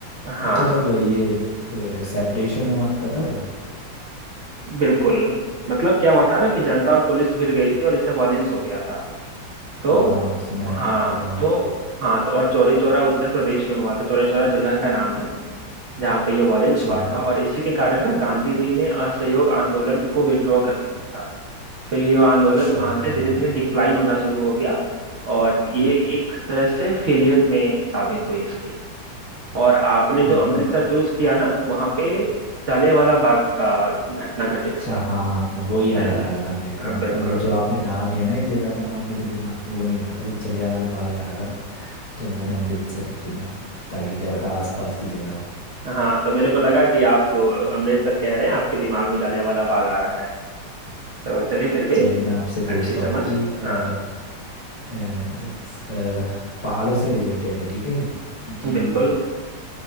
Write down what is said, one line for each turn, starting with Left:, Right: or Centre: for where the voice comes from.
Right: हाँ
Left: अच्छा जब ये सेपरेशन हुआ था तब
Right: बिल्कुल मतलब क्या हुआ था ना कि जनता और पुलिस भिड़ गई थी और इससे वॉयलेंस हो गया था
Left: हाँ
Right: तो
Left: हाँ सुना है
Right: हाँ
Left: मैंने थोड़ा बहुत
Right: तो हाँ तो और चौरी चौरा उत्तर प्रदेश में हुआ था चौरी चौरा जगह का नाम है जहाँ पे ये वॉयलेंस
Left: अच्छा
Right: हुआ था और इसी के कारण ना गांधी जी ने असहयोग आंदोलन को विड्रॉ कर लिया था फिर ये आंदोलन
Left: अच्छा
Right: वहां
Left: बढ़िया
Right: से धीरे धीरे
Left: भाई
Right: डिक्लाइन होना शुरू हो गया और ये
Left: हाँ,
Right: एक तरह से फेलियर में साबित हुई इसकी और आपने जो
Left: मतलब
Right: अमृतसर चूज किया ना वहां पे जलियांवाला बाग का घटना घटित
Left: अच्छा
Right: हुआ था
Left: हाँ वो ही याद
Right: है ना
Left: आ रहा था मेरे को
Right: हाँ,
Left: मतलब
Right: बिल्कुल
Left: जो आपने नाम लिया ना ये जगह का नाम मेरे दिमाग में वो नहीं हो रहा था बस जलियांवाला बाग आ रहा था तो मैंने अमृतसर चुना ताकि क्या पता आसपास की जगह हो
Right: हाँ तो मेरे को लगा कि आप अमृतसर कह रहे हैं आपके दिमाग में जलियांवाला बाग आ रहा है तो चलिए फिर भी
Left: चलिए मैं आपसे पूछता
Right: अच्छी समझ
Left: हूँ कि अ,
Right: हाँ
Left: अ, अ, पहाड़ों से रिलेटेड है ठीक है ये कि
Right: बिल्कुल